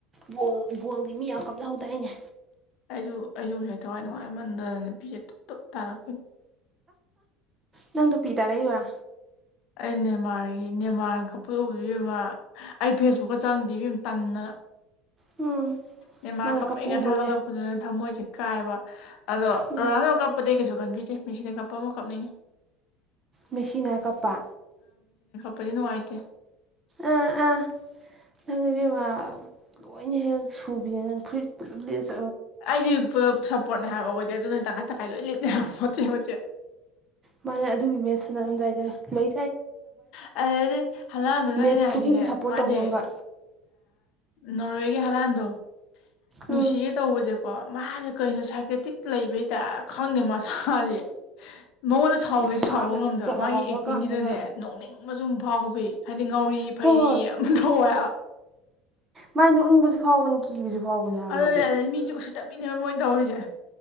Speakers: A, on the right; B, on the left.
A: ꯕꯣꯜ ꯕꯣꯜꯒꯤ ꯃꯤ ꯌꯥꯝ ꯀꯞꯅꯍꯧꯗꯦ ꯑꯅꯦ
B: ꯑꯩꯁꯨ ꯑꯩꯁꯨ ꯉꯁꯥꯏ ꯊꯋꯥꯏ ꯅꯨꯡꯉꯥꯏꯃꯟꯗꯅ ꯅꯨꯄꯤꯁꯦ ꯇꯞ ꯇꯥꯔꯛꯀꯅꯤ
A: ꯅꯪꯗꯨ ꯄꯤ ꯇꯥꯔꯛꯏꯕ
B: ꯑꯅꯦ ꯃꯥꯔꯤ ꯃꯥ ꯀ ꯄꯨꯗꯣꯛꯕ ꯑꯃ ꯑꯩ ꯐꯦꯁꯕꯨꯛꯀ ꯆꯪꯗꯦꯕ ꯌꯥꯝ ꯇꯟꯅ
A: ꯎꯝ
B: ꯅ ꯃꯥ
A: ꯃꯥꯅ
B: ꯀꯞꯄꯛꯩꯅ
A: ꯀꯞꯄ ꯎꯕꯒꯤ
B: ꯊꯥꯒꯠꯂꯛꯄꯗꯨꯅ ꯊꯝꯃꯣꯏꯁꯦ ꯀꯥꯏꯕ ꯑꯗꯣ
A: ꯎꯝ
B: ꯔꯣꯅꯥꯅꯜ ꯀꯞꯄꯗꯩ ꯀꯩꯁꯨ ꯀꯟꯕꯤ ꯦ ꯃꯁꯅꯦ ꯀꯞꯄ ꯑꯃ ꯀꯞꯅꯤꯡ
A: ꯃꯦꯁꯤꯅꯥ ꯀꯄ
B: ꯐꯗꯤ ꯅꯨꯡꯉꯥꯏꯇꯦ
A: ꯑꯥ ꯑꯥ ꯅꯪꯉ ꯃꯥ ꯂꯣꯏꯅ ꯍꯦꯛ ꯁꯨꯕꯤꯔꯦ ꯅꯪ ꯐꯨꯔꯤꯠ ꯄꯨꯂꯞꯠ
B: ꯑꯩꯗꯤ ꯄꯨꯂꯞ ꯁꯞꯄꯣꯔꯠꯅꯤ ꯍꯥꯏꯕ ꯑꯣꯏꯗꯦ ꯑꯗꯨꯅ ꯇꯪꯈꯥꯏ ꯇꯪꯈꯥꯏ ꯂꯣꯏ ꯂꯤꯦꯞꯇꯦ ꯍꯥꯏꯕ ꯃꯣꯠꯆꯦ ꯃꯣꯠꯆꯦ
A: ꯃꯥꯅ ꯑꯗꯨꯒꯤ ꯃꯠ ꯁꯥꯟꯅꯔꯝꯗꯥꯏꯗ ꯂꯩ
B: ꯑꯗꯨꯗꯤ ꯍꯂꯝꯗꯨꯅ
A: ꯃꯦꯠꯁ
B: ꯑꯩꯅ ꯍꯥꯏꯗꯤꯅꯦ
A: ꯈꯨꯗꯤꯡꯒꯤ ꯁꯞꯄꯣꯔꯠ
B: ꯃꯥꯁꯦ
A: ꯇꯧꯕ ꯑꯃꯒ
B: ꯅꯣꯔꯋꯦꯒꯤ ꯍꯂꯥꯟꯗꯣ ꯅꯨꯡꯁꯤꯒꯦ
A: ꯎꯝ
B: ꯇꯧꯕꯁꯦꯀꯣ ꯃꯥꯁꯦ ꯀꯩꯅꯣ ꯁꯥꯏꯀ꯭ꯔꯦꯇꯤꯛ ꯂꯩꯕ ꯍꯗ ꯈꯪꯗꯦ ꯃꯁꯥꯥꯁꯦ ꯃꯉꯣꯟꯗ ꯁꯥꯎꯒꯦꯁꯨ
A: ꯃꯁꯥꯒ
B: ꯁꯥꯎꯕ ꯉꯝꯗꯕ
A: ꯆꯥꯎꯔꯀꯥꯟꯗꯒ
B: ꯃꯥꯒꯤ ꯑꯦꯛꯇꯤꯡꯒꯤꯗꯅꯦ ꯅꯣꯛꯅꯤꯡꯕ ꯁ ꯐꯥꯎꯍꯧꯕꯕꯤ ꯍꯥꯏꯗꯤ ꯉꯥꯎꯔꯤ ꯐꯩꯔꯤ
A: ꯍꯣꯏ ꯍꯣꯏ
B: ꯌꯥꯝ ꯊꯣꯛꯋꯦꯕ
A: ꯃꯥꯏꯅ ꯎꯪꯕꯁꯨ ꯐꯥꯎꯕꯅꯤ ꯀꯤꯕꯁꯨ ꯐꯥꯎꯕꯅꯦ ꯍꯥꯏꯕ
B: ꯑꯗꯨꯅꯦ
A: ꯃꯥꯗꯤ
B: ꯑꯗꯩ ꯃꯤꯁꯨ ꯎꯁꯨ ꯇꯞꯃꯤꯅꯦꯕ ꯃꯣꯏꯅ ꯇꯧꯔꯤꯁꯦ